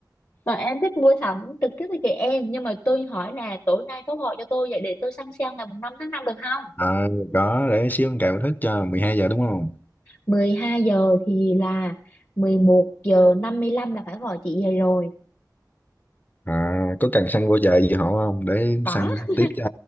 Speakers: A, on the left (about 45°); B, on the left (about 25°).
A: còn em thích mua sắm trực tiếp với chị em nhưng mà tôi hỏi là tối nay có gọi cho tôi vậy để tôi săn sale ngày mùng năm tháng năm được không
B: à có để xíu con cào thức cho 12 giờ đúng không
A: mười hai giờ thì là 11 giờ 55 là phải gọi chị về rồi
B: à có cần săn vô chợ gì họ không để
A: có
B: săn tiếp cho